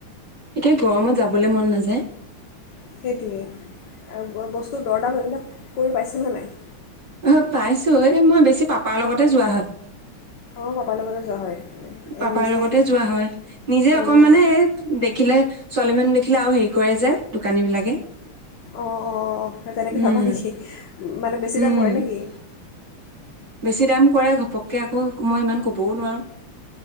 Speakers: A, on the right; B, on the left.
A: এতিয়া গৰমত যাবলে মন নাযায়।
B: সেইটোৱে, আৰু বস্তু দৰদাম এইবিলাক কৰি পাইছে নে নাই?
A: অহ, পাইছোঁ। এই মই বেছি পাপাৰ লগতে যোৱা হয়।
B: অহ, পাপাৰ লগতে যোৱা হয়।
A: পাপাৰ
B: এ, নিজে
A: লগতে যোৱা হয় নিজে অকণমানে
B: অঁ
A: সেই দেখিলে ছোৱালী মানুহ দেখিলে আৰু হেৰি কৰে যে, দোকানী বিলাকে।
B: অহ, অহ, অহ, তেনেকে
A: উম
B: ভাবা নেকি? মানে বেছি
A: উম
B: দাম কৰে নেকি?
A: বেছি দাম কৰে ঘপককে, আকৌ মই ইমান কবও নোৱাৰো।